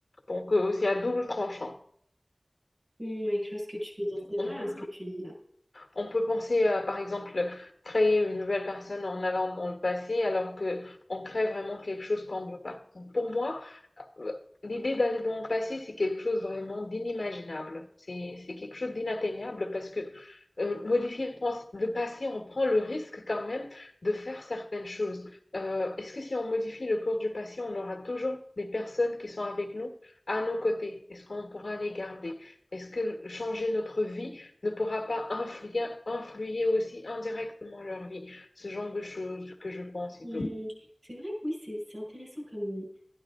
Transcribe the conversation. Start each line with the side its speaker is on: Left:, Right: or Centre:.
Left: Donc, euh, c'est à double tranchant.
Right: mm, ouais, je vois ce que tu veux dire. C'est vrai,
Left: On
Right: hein,
Left: peut
Right: ce que tu dis là.
Left: On peut penser à, par exemple, créer une nouvelle personne en allant dans le passé, alors que on crée vraiment quelque chose qu'on ne veut pas. Donc, pour moi, euh, l'idée d'aller dans le passé, c'est quelque chose vraiment d'inimaginable. C'est, c'est quelque chose d'inatteignable parce que euh, modifier le, trans- le passé, on prend le risque quand même de faire certaines choses. Euh, est-ce que si on modifie le cours du passé, on aura toujours des personnes qui sont avec nous à nos côtés? Est-ce qu'on pourra les garder? Est-ce que changer notre vie ne pourra pas influer, influer aussi indirectement leur vie. Ce genre de choses que je pense et
Right: Mm,
Left: tout.
Right: c'est vrai que oui, c'est c'est intéressant comme.